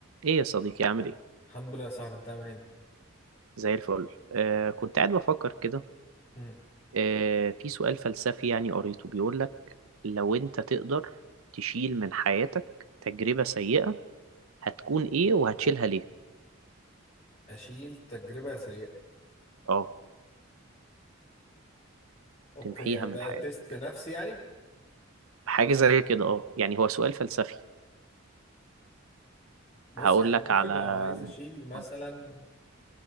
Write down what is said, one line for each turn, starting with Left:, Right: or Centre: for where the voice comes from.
Right: ايه يا صديقي عامل ايه
Left: الحمد لله يا صاحبي انت عامل ايه انت
Right: زي الفل آه كنت قاعد بفكر كده
Left: مم.
Right: آه في سؤال فلسفي يعني قريته بيقول لك لو انت تقدر تشيل من حياتك تجربة سيئة هتكون ايه وهتشيلها ليه
Left: اشيل تجربه سيئه
Right: اه
Left: اوكي
Right: تمحيها
Left: يعني
Right: من
Left: ده
Right: حياتك
Left: تيست نفسي يعني
Right: حاجة زي كده اه يعني هو سؤال فلسفي
Left: بص
Right: هقول
Left: يعني
Right: لك
Left: ممكن
Right: على
Left: لو عايز اشيل مثلا
Right: اه